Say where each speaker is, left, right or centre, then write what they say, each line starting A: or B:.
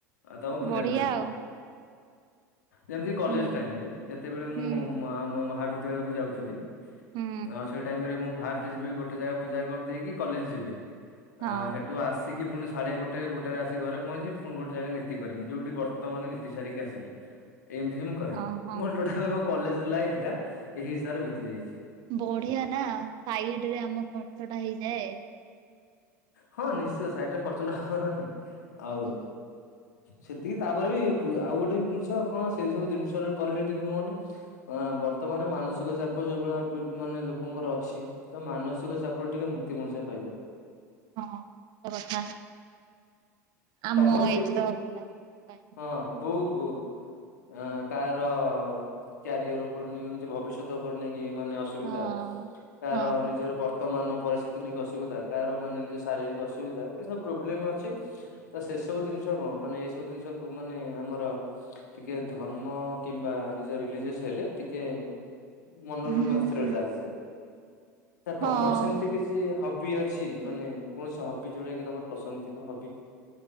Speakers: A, on the left; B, on the right.
A: ଆଉ ତମ ପୂଜା
B: ବଢିଆ
A: କରିଦିଏ।
B: ଆଉ।
A: ଯେମିତି କଲେଜ
B: ହୁଁ
A: ଟାଇମ୍ ରେ ଯେତେବେଳେ ମୁଁ
B: ହୁଁ
A: ମୋ ଆମ ମହାବିଦ୍ୟାଳୟକୁ ଯାଉଥିଲି।
B: ହୁଁ
A: ଆଉ ସେଇ ଟାଇମ୍ ରେ ମୁଁ ଫାଷ୍ଟେ ଯିବି ଗୋଟେ ଜାଗା ପୂଜା କରିଦେଇକି କଲେଜ୍ ଯିବି।
B: ହଁ
A: ଆଁ ସେ ତୁ ଆସିକି ପୁଣି ସାଢେ ଗୋଟେ, ଗୋଟେ ଆସି ଘରେ ପହଞ୍ଚି ଫୁଣି ଗୋଟେ ଜାଗା ନିତି କରିମି ଯୋଉଠି ବର୍ତ୍ତମାନ ନିତି ସାରିକି ଆସିଲି।
B: <inaudible>
A: ଏମ୍ତି ହିଁ ମୁଁ କରେ
B: ଓହୋ।
A: ମୋ ଟୋଟାଲ୍ ମୋ କଲେଜ ଲାଇଫଟା ଏହି ହିସାବରେ ବିତିଯାଇଛି।
B: ବଢିଆ ନା, ସାଇଡ୍ ରେ ଆମ ଖର୍ଚ୍ଚଟା ହେଇଯାଏ।
A: ହଁ ନିଶ୍ଚୟ ସାଇଟ୍ ରେ ଖର୍ଚ୍ଚଟା ହବନା ନାଇଁ ଆଉ
B: ହୁଁ
A: ଟିକେ ତାପରେ ବି ଆଉ ଗୋଟେ ବି ଦିନସ କଣ ସେ ସବୁ ଦିନସରେ କଲେ ଟିକେ କଣନି ବର୍ତ୍ତମାନ ମାନସିକ ଚାପ ଯୋଉ ଭଳିଆ ମାନେ ଲୋକଙ୍କର ଅଛି। ତ ମାନସିକ ଚାପରୁ ଟିକେ ମୁକ୍ତି ମଣିଷ ପାଇବ।
B: ହଁ ସତ କଥା। ଆମ
A: ତମର
B: ଏଜ
A: କିଛ୍
B: ର ପିଲା। ପାଇଁ
A: ହଁ ବହୁତ୍ ବହୁତ୍। ଆଁ କାହାର କ୍ୟାରିଅର ଉପରେ ନେଇଗନି ଯେ ଭବିଷ୍ୟତ ନେଇକି ମାନେ ଅସୁବିଧା
B: ହଁ
A: କାହାର
B: ହଁ
A: ନିଜର ପର ବର୍ତ୍ତମାନ ପରିସ୍ଥିତି ନେଇକି ଅସୁବିଧା, କାହାର ମାନେ ନିଜ ଶାରୀରିକ ଅସୁବିଧା ଏସବୁ ପ୍ରୋବ୍ଲେମ୍ ଅ ଛି ତ ସେ ସବୁ ଦିନିଷ କଣ ମାନେ ଏଇ ସବୁ ଦିନିଷ ମାନେ ଆମର ଟିକେ ଧର୍ମ କିମ୍ବା ନିଜ ରିଲିଜେସ୍ ହେଲେ ଟିକେ ମନରୁ
B: ହୁଁ।
A: ମସ୍ଥିରତା ଆସେ,
B: ହଁ
A: ତମର ସେମିତି
B: ଭଲ।
A: କିଛି ହବି ଅଛି? ଅଛି ମାନେ କୌଣସି ହବି ଯୋଉଟା କି ତମର ପସନ୍ଦ ଥିବ ହବି।